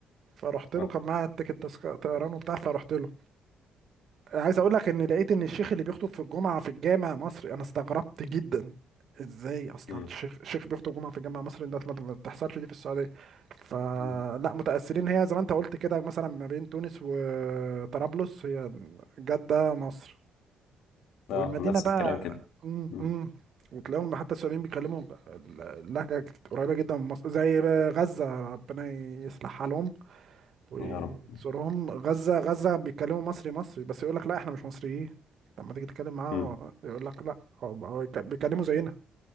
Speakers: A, on the right (about 60°); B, on the left (about 85°).
A: فرحت له
B: آه.
A: كان معايا التيكت تذك- طيران وبتاع فرحت له عايز اقول لك ان لقيت ان الشيخ اللي بيخطب في الجمعه في الجامع مصري انا استغربت جدا ازاي اصلا
B: مم.
A: الشيخ الشيخ بيخطب جمعه في الجامع المصري ده ما ما بتحصلش دي في السعوديه فلا
B: مم.
A: متاثرين هي زي ما انت قلت كده مثلا ما بين تونس وطرابلس هي جده مصر والمدينه
B: اه نفس
A: بقى
B: الكلام كده
A: امم
B: مم.
A: امم وتلاقيهم حتى السعوديين بيتكلموا اللهجه قريبه جدا من مصر زي غزه ربنا يصلحها لهم ويزورهم
B: يا رب
A: غزة غزة بيتكلموا مصري مصري بس يقول لك لا احنا مش مصريين لما تيجي تتكلم معاه
B: مم.
A: يقول لك لا هو هو يك- بيتكلموا زينا